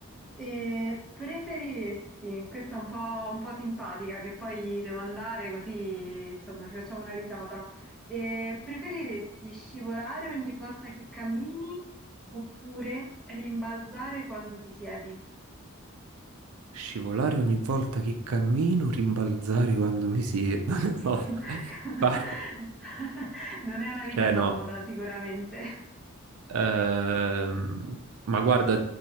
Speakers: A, in the centre; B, on the right.
A: E preferiresti, questa è un po', un po' simpatica, che poi devo andare così, insomma, ci facciamo una risata. E preferiresti scivolare ogni volta che cammini oppure rimbalzare quando ti siedi?
B: Scivolare ogni volta che cammino, rimbalzare quando mi siedo. <laughs>
A: <laughs>
B: No, fa-
A: Non è una vita
B: cioè
A: comoda
B: no.
A: sicuramente.
B: Ehm, ma guarda,